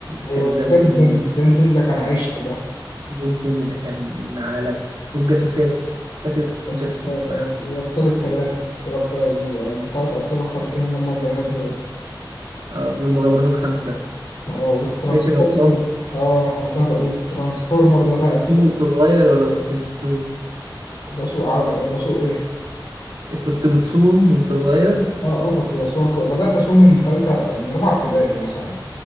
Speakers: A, on the left (about 85°); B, on the right (about 85°).
A: وبنتن
B: كان زمان
A: بنتن ده كان عشق ده
B: بنتن ده كان عالم والجاسوسات فاكر
A: بس
B: الجاسوسات
A: بسبب اه والأبطال التلاتة الأبطال التلات أبطال الخارقين اللي هما البنات دول
B: اه والمغامرون الخمسة
A: اه والترانسفورمر
B: فاكر رمضان
A: اه وتن- والترانسفورمر ده تقريبا
B: وبتصوم وانت صغير ولا ما كنتش بتصوم
A: بسوق عربي آه، بسوق ايه
B: كنت بتصوم وانت صغير
A: اه اه كنت بسوق بدأت أصوم من تالتة من رابعة ابتدائي مثلا